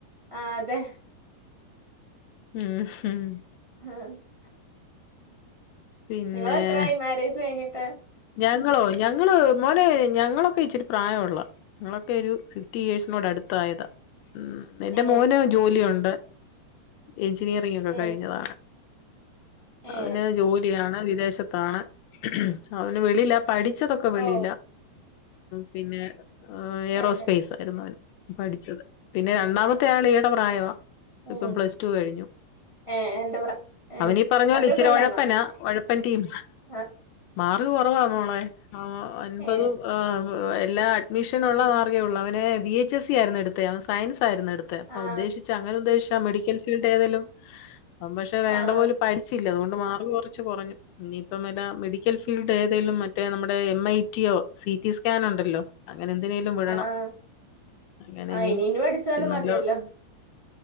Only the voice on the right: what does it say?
ആഹ് അതെ
ആഹ
നിങ്ങളെത്രായി മാരേജ് കഴിഞ്ഞിട്ട്
ഏ
ഏ
ഏ
ഓ
ഏ
ഉം
ഏ എന്റെ പ്ര ഏ
വർക്കൊക്കെ
ഉണ്ടായിരുന്നോ
ആ
ഏ
ആ
ആ ആ
ആ
ആ
പഠിച്ചാലും
മതിയല്ലോ